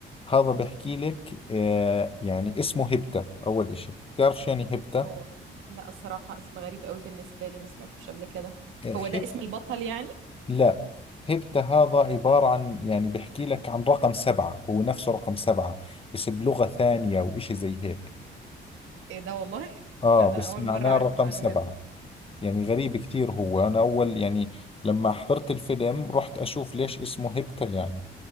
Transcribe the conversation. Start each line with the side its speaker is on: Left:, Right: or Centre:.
Left: هذا بحكي لك آه يعني اسمه هبتة أول إشي بتعرف شو يعني هبتة؟
Right: هو لا الصراحة اسم غريب قوي بالنسبة لي ما سمعتوش قبل كده
Left: آه،
Right: هو ده
Left: هب
Right: اسم البطل يعني
Left: لا هبتة هذا عبارة عن يعني بحكي لك عن رقم سبعة هو نفسه رقم سبعة بس بلغة ثانية وإشي زي هيك
Right: ايه ده والله <laughs>
Left: آه
Right: لا انا
Left: بس
Right: اول
Left: معناه
Right: مرة اعرف
Left: رقم
Right: المعلومة
Left: سبعة
Right: دي
Left: يعني غريب كثير هو أنا أول يعني لما حضرت الفيلم رحت أشوف ليش اسمه هبتا يعني